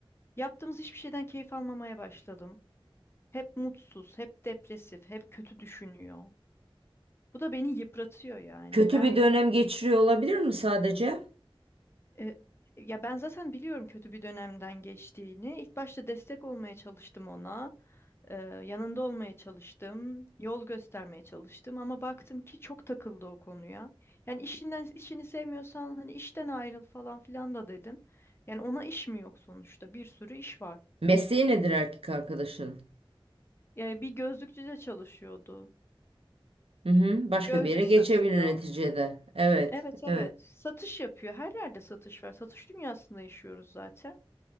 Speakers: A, on the left; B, on the right.
A: yaptığımız hiçbir şeyden keyif almamaya başladım. Hep mutsuz, hep depresif, hep kötü düşünüyor. Bu da beni yıpratıyor yani.
B: Kötü
A: Ben
B: bir dönem geçiriyor olabilir mi sadece?
A: e, ya ben zaten biliyorum kötü bir dönemden geçtiğini. İlk başta destek olmaya çalıştım ona. E, yanında olmaya çalıştım. Yol göstermeye çalıştım ama baktım ki çok takıldı o konuya. Yani işinden işini sevmiyorsan hani işten ayrıl falan filan da dedim. Yani ona iş mi yok sonuçta? Bir sürü iş var.
B: Mesleği nedir erkek arkadaşın?
A: Yani bir gözlükçü de çalışıyordu.
B: Hı hı, başka
A: Gözlük
B: bir yere
A: satıyor.
B: geçebilir neticede. Evet,
A: Evet evet.
B: evet,
A: Satış yapıyor. Her yerde satış var. Satış dünyasında yaşıyoruz zaten.